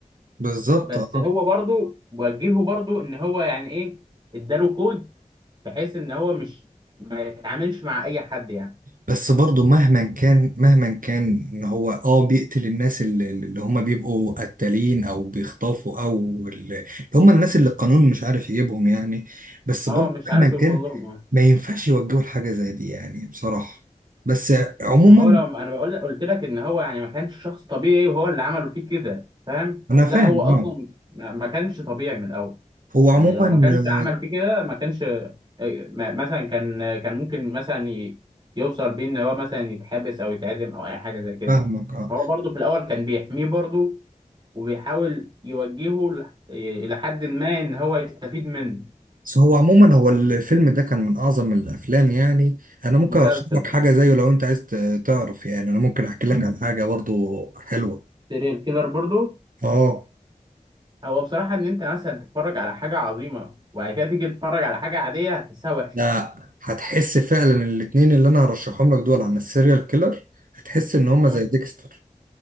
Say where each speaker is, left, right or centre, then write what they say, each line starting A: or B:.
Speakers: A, on the right; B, on the right.
A: بالظبط
B: بس
A: اه
B: هو برضو وجهه برضو إن هو يعني إيه إداله كود بحيث إن هو مش ما يتعاملش مع أي حد يعني
A: بس برضه مهما كان مهما كان ان هو اه بيقتل الناس اللي, اللي هم بيبقوا قتالين او بيخطفوا او اللي هم الناس اللي القانون مش عارف يجيبهم يعني بس
B: أه
A: برضه
B: مش عارف
A: مهما كان
B: يوصل لهم أه
A: ما ينفعش يوجهوا لحاجة زي دي يعني بصراحة بس عموما
B: ما هو لو أنا بقول قلت لك إن هو يعني ما كانش شخص طبيعي وهو اللي عمله فيه كده فاهم
A: انا
B: لا
A: فاهم
B: هو أصلا
A: اه
B: ما ما كانش طبيعي من الأول
A: هو عموما
B: يعني لو ما كانش عمل
A: آه،
B: فيه كده ما كانش آه، ما- مثلا كان كان ممكن مثلا ي- يوصل بيه ان هو مثلا يتحبس او يتعدم او اي حاجه زي كده
A: فاهمك اه
B: فهو برضه في الاول كان بيحميه برضه وبيحاول يوجهه ل- الى حد ما ان هو يستفيد منه
A: بس هو عموما هو الفيلم ده كان من اعظم الافلام يعني انا ممكن
B: مسلسل
A: ارشح لك حاجة زيه لو انت عايز ت- تعرف يعني انا ممكن احكي لك عن حاجة برضه حلوة
B: سيريال كيلر برضه
A: اه
B: هو بصراحه ان انت مثلا تتفرج على حاجه عظيمه وبعد كده تيجي تتفرج على حاجه عاديه هتحسها وحشه
A: ده هتحس فعلا الاتنين اللي انا هرشحهم لك دول عن السيريال كيلر هتحس ان هما
B: مم.
A: زي ديكستر